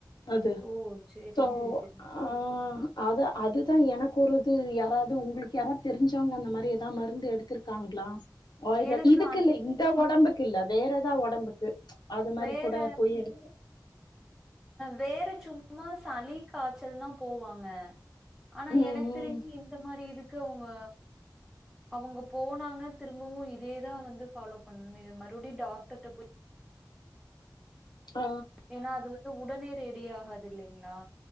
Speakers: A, on the left; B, in the centre.
A: அது
B: ஓ சரி
A: சோ
B: சரி சரிங்க
A: ஆ அத அதுதா எனக்கு ஒருது யாராவது உங்களுக்கு யாரா தெரிஞ்சவங்க அந்த மாரி எதா மருந்து எடுத் துருக்காங்களா ஆயுர்வேத
B: எனக்கு
A: இதுக்கு
B: அந்
A: இல்ல இந்த ஒடம்புக்கு இல்ல வேற ஈதா ஒடம்புக்கு அது மாரி
B: வேற
A: கூட போய் எடுத்
B: வேற சும்மா சளி காச்சல்னா போவாங்க ஆனா
A: ம்
B: எனக்கு
A: ம்
B: தெரிஞ்சு இந்த மாரி இதுக்கு உங்க அவுங்க போனாங்க திரும்பவு இதேதா வந்து ஃபாலோ பண்ணி மறுபடியு டாக்டர்ட போய்
A: ஆ
B: ஏனா அது வந்து உடனே ரெடி ஆகாது இல்லைங்களா